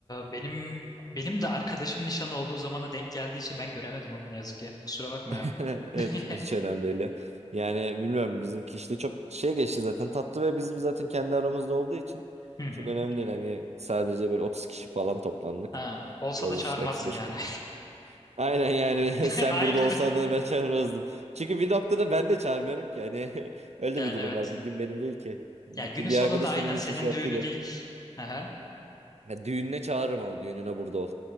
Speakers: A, on the left (about 35°); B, on the right (about 75°).
A: benim benim de arkadaşım nişanı olduğu zamana denk geldiği için ben göremedim onu ne yazık ki. Kusura bakma ya.
B: <laughs> Evet
A: <laughs>
B: hiç önemli değil. ya. Yani bilmiyorum bizimki işte çok şey geçti zaten tatlı ve bizim zaten kendi aramızda olduğu için
A: Hı hı.
B: çok önemli değil. Hani sadece böyle 30 kişi falan toplandık.
A: Ha, olsa
B: Biraz
A: da çağırmazdın
B: işte 35-40.
A: yani.
B: Aynen yani
A: <laughs>
B: <laughs> sen
A: Aynen.
B: burada olsan da ben çağırırdım. Çünkü bir noktada ben de çağırmıyorum ki. Hani <laughs> öyle
A: Yani
B: bir durum
A: evet.
B: var. Bugün benim değil ki. Bir,
A: Ya günün
B: bir
A: sonunda
B: arkadaşım
A: aynen
B: bunun için
A: senin
B: şey yaptıydı.
A: düğünü değil. Aha.
B: Ya düğününe çağırırım ama düğününe burada ol.